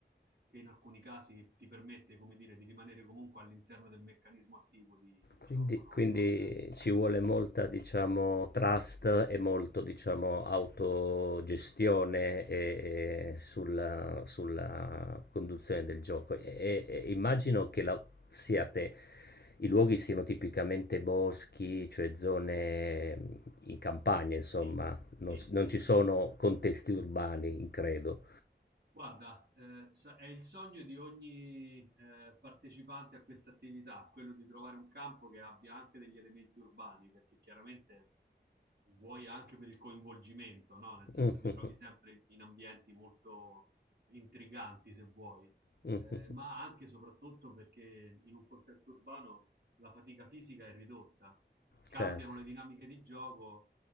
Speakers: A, on the right; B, on the left.
A: che in alcuni casi ti permette, come dire, di rimanere comunque all'interno del meccanismo attivo di, di gioco,
B: Quindi,
A: no?
B: quindi
A: Non-
B: ci vuole molta, diciamo, trust e molto, diciamo, autogestione e- e sulla, sulla conduzione del gioco. E, e- e immagino che la- siate, i luoghi siano tipicamente boschi, cioè zone in campagna, insomma,
A: Sì,
B: non,
A: sì,
B: s-
A: sì,
B: non ci
A: sì.
B: sono contesti urbani, credo.
A: Guarda, eh, sa- è il sogno di ogni eh, partecipante a questa attività, quello di trovare un campo che abbia anche degli elementi urbani, perché chiaramente vuoi anche per il coinvolgimento, no? Nel senso
B: <laughs>
A: ti trovi sempre in ambienti molto intriganti, se vuoi,
B: Mhm,
A: eh,
B: mhm,
A: ma anche e soprattutto perché in un contesto urbano la fatica fisica è ridotta, cambiano
B: Certo.
A: le dinamiche di gioco